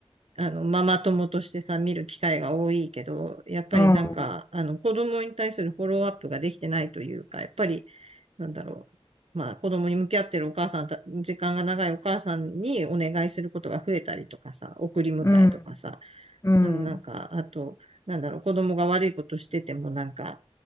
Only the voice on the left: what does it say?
うん、
うん、うん、